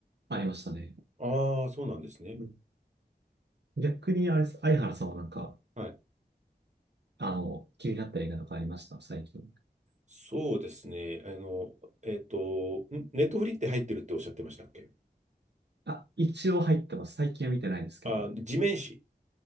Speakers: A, on the right (about 85°); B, on the right (about 45°).
A: ありましたね。
B: ああ、そうなんですね。
A: うん逆にあれです、相原さんはなんか、
B: はい
A: あの、気になった映画とかありました最近。
B: そうですね。あの、えっと、んネットフリって入ってるっておっしゃってましたっけ
A: あ、一応入ってます。最近は見てないですけど。
B: あ、地面師、